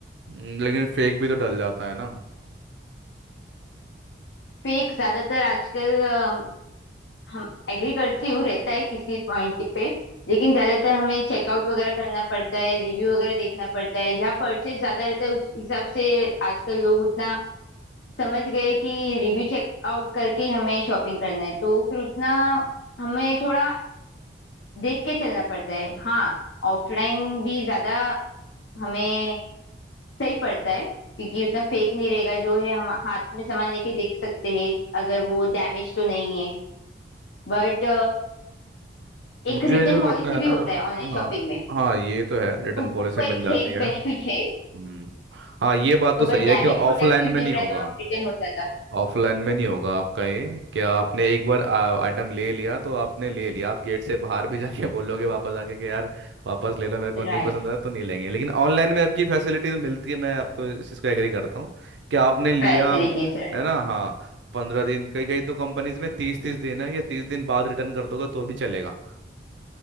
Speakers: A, on the right; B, on the left.
A: हम्म, लेकिन फेक भी तो डल जाता है ना
B: फेक ज्यादातर आजकल अम, हम एग्री करती हूँ रहता है किसी पॉइंट पे लेकिन ज्यादातर हमें चेकआउट वगैरह करना पड़ता है रिव्यू वगैरह देखना पड़ता है जहाँ परचेस ज्यादा रहता है उस हिसाब से आजकल लोग उतना समझ गए कि रिव्यू चेकआउट करके ही हमें शॉपिंग करना है तो फिर उतना हमें थोड़ा देख के चलना पड़ता है हाँ ऑफलाइन भी ज्यादा हमें सही पड़ता है क्योंकि उतना फेक नहीं रहेगा जो है हम हाथ में सामान लेके देख सकते हैं अगर वो डैमेज तो नहीं है बट एक
A: मुझे
B: रिटर्न
A: जो लगता
B: पॉलिसी
A: है ना
B: भी होता है ऑनलाइन
A: हाँ
B: शॉपिंग में
A: हाँ ये तो है रिटर्न
B: तो
A: पॉलिसी
B: वो
A: मिल
B: एक
A: जाती
B: है
A: है
B: बेनिफिट है
A: हम्म हाँ ये बात
B: तो
A: तो
B: अगर
A: सही है
B: डैमेज
A: कि ऑफलाइन
B: प्रोडक्ट भी
A: में नहीं
B: मिल
A: होगा
B: रहा है तो रिटर्न हो जाता
A: ऑफलाइन में नहीं होगा आपका ये कि आपने एक बार आइटम ले लिया तो आपने ले लिया आप गेट से बाहर भी जाके <laughs> बोलोगे वापस आके कि यार वापस ले लो मेरे को
B: है।
A: नहीं
B: Right
A: पसंद आया तो नहीं लेंगे लेकिन ऑनलाइन में आपकी फैसिलिटी तो मिलती है मैं आपको इस चीज़ को एग्री करता हूँ कि आपने लिया
B: Facilities
A: है
B: right
A: ना हाँ पंद्रह दिन कई कई तो कंपनीज में तीस तीस दिन है या तीस दिन बाद रिटर्न कर दोगे तो भी चलेगा